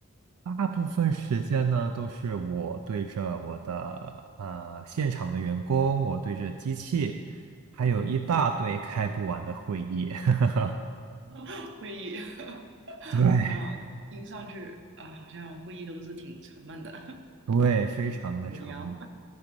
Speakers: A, on the right; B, on the right.
A: 大部分时间呢，都是我对着我的呃现场的员工，我对着机器，还有一大堆开不完的会议。
B: 嗯
A: <laughs>
B: <laughs> 会议？<laughs>
A: 对
B: 那听上去啊，好像会议都是挺沉闷的，
A: 对，非常的沉闷。
B: <laughs> 无聊。